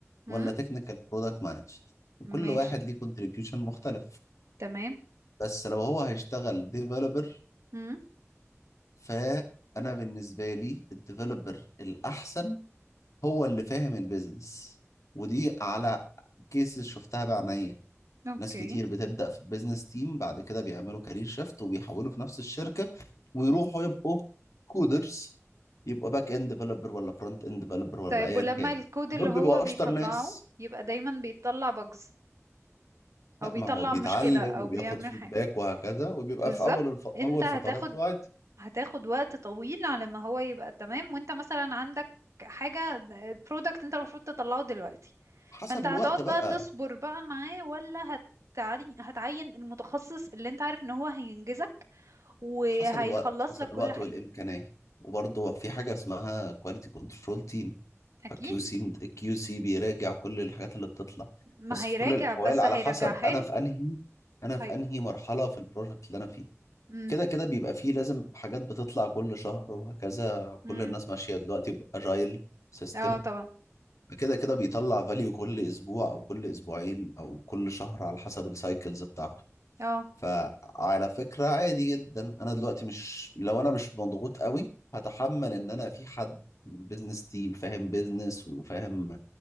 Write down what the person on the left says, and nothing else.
ولا تكنيكال برودكت مانجر كل
واحد ليه كونتريبيوشن مختلف
بس لو هو هيشتغل ديفلوبر
فانا بالنسبه لي الديفلوبر الاحسن هو اللي فاهم البيزنس ودي على كيسز شفتها بعينيا
ناس كتير بتبدأ في البيزنس تيم بعد كده بيعملوا كارير شيفت وبيحولوا في نفس الشركة ويروحوا يبقوا كودرز يبقوا باك اند ديفلوبر ولا فرونت اند ديفلوبر ولا
ايا
كان
دول
بيبقوا
اشطر ناس
لا
ما هو بيتعلم
وبياخد
فيدباك
وهكذا وبيبقى
في اول الف...
اول
فتراته عادي
حسب
الوقت
بقى
حسب الوقت حسب
الوقت
والامكانيه وبرضه في حاجه اسمها كواليتي كنترول تيم
فكيو سي كيو سي بيراجع كل الحاجات اللي بتطلع
بس
في كل الاحوال
على
حسب انا
في انهي انا في
انهي مرحله في البروجكت اللي انا فيه
كده كده بيبقى فيه لازم حاجات بتطلع كل شهر وهكذا
كل الناس ماشيه دلوقتي باجايل سيستم
فكده كده بيطلع فاليو كل اسبوع او كل اسبوعين او كل شهر على حسب السايكلز بتاعته
فعلى فكره عادي جدا انا دلوقتي مش لو انا مش مضغوط قوي هتحمل ان انا في حد من بيزنس تيم فاهم بيزنس وفاهم